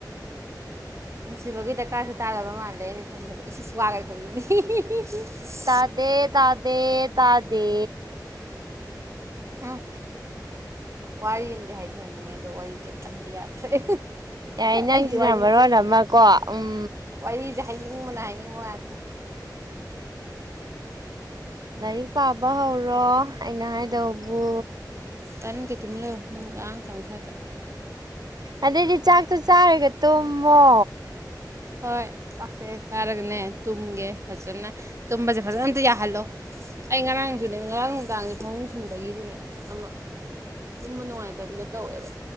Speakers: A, on the right; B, on the right.
A: ꯅꯨꯡꯁꯤꯕꯒꯤ ꯗꯔꯀꯥꯔꯁꯨ ꯇꯥꯗꯕ ꯃꯥꯜꯂꯦ ꯑꯩꯅ ꯈꯟꯕꯗ ꯑꯤꯁ ꯑꯤꯁ ꯋꯥꯒ <unintelligible>
B: ꯇꯥꯗꯦ ꯇꯥꯗꯦ ꯇꯥꯗꯦ
A: ꯎꯝ ꯋꯥꯔꯤ ꯑꯝꯗꯤ ꯍꯥꯏꯗꯤ ꯍꯥꯏꯅꯤꯡꯉꯦ ꯑꯗꯣ ꯋꯥꯔꯤꯁꯦ ꯄꯟꯕ ꯌꯥꯗ꯭ꯔꯦ
B: ꯌꯥꯏ ꯅꯪꯁꯤꯅ
A: ꯑꯩꯒꯤ ꯋꯥꯔꯤꯁꯦ
B: ꯃꯔꯣꯟ ꯑꯃꯀꯣ ꯎꯝ
A: ꯋꯥꯔꯤꯁꯦ ꯍꯥꯏꯅꯤꯡꯕꯅ ꯍꯥꯏꯅꯤꯡꯕ ꯉꯥꯛꯇꯦ
B: ꯂꯥꯏꯔꯤꯛ ꯄꯥꯕ ꯍꯧꯔꯣ ꯑꯩꯅ ꯍꯥꯏꯗꯧꯕꯨ
A: ꯇꯥꯅꯤꯡꯗꯦ ꯇꯨꯝꯃꯤꯟ ꯂꯩꯌꯣ ꯅꯪ ꯂꯥꯡꯉꯛ ꯀꯥꯅꯣ ꯁꯋꯥꯏꯗ
B: ꯑꯗꯩꯗꯤ ꯆꯥꯛꯇꯣ ꯆꯥꯔꯒ ꯇꯨꯝꯃꯣ
A: ꯍꯣꯏ ꯆꯥꯛꯁꯦ ꯆꯥꯔꯒꯅꯦ ꯇꯨꯝꯒꯦ ꯐꯖꯅ ꯇꯨꯝꯕꯁꯦ ꯐꯖꯅ ꯑꯝꯇ ꯌꯥꯍꯜꯂꯣ ꯑꯩ ꯉꯔꯥꯡꯁꯨꯅꯦ ꯉꯔꯥꯡ ꯅꯨꯡꯗꯥꯡꯁꯨ ꯐꯄꯨꯡ ꯁꯤꯟꯕꯒꯤꯁꯨꯅꯦ ꯑꯃ ꯇꯨꯝꯕ ꯅꯨꯡꯉꯥꯏꯇꯕꯤꯗ ꯇꯧꯋꯦꯕ